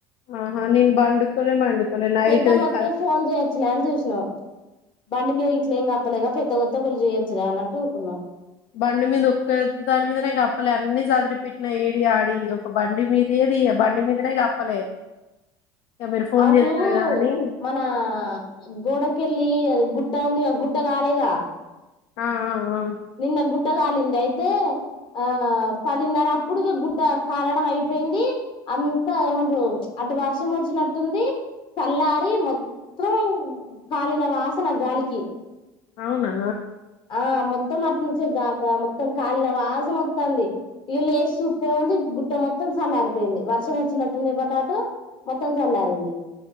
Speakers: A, on the left (about 60°); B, on the left (about 45°).
A: ఆహా నిను బండుకోనే బండుకోలే నైట్
B: పెద్దగొత్తే
A: ఈ కల్
B: ఫోన్ చేయొచ్చులే అని చూసినాం బండి మీద గిట్లేం కప్పలేదా పెద్దగొచ్చే చేయొచ్చుగా అన్నట్టు ఊకున్నం
A: బండి మీద ఒక్క దాని మీదనే గప్పలేదు అన్ని చదరి పెట్టిన ఏడి ఆడి ఒక బండి మీదియే తియ్య బండి మీదనే కప్పలే ఇక మీరు ఫోన్
B: అటూ
A: చేస్తారు గానీ
B: మన గోడకెళ్ళి అది గుట్ గుట్ట ఉంది గ గుట్ట కాలేగా
A: ఆ ఆ ఆ
B: నిన్న గుట్ గుట్ట కాలింది అయితే ఆ పదిన్నరప్పుడు ఇగ గుట్ట కాలడమయిపోయింది అంత ఏమంటరు అటు వర్షమొచ్చినట్టుంది తల్లారి మొత్తం కాలిన వాసన గాలికి
A: అవునా
B: ఆ మొత్తం అట్నుంచే గాక మొత్తం కాళిన వాసన ఒత్తంది ఈల్లు ఏసి పొందె గు ట్ట మొత్తం చల్లారిపోయింది వర్షం వచ్చినట్టుంది పటాట మొత్తం చల్లారింది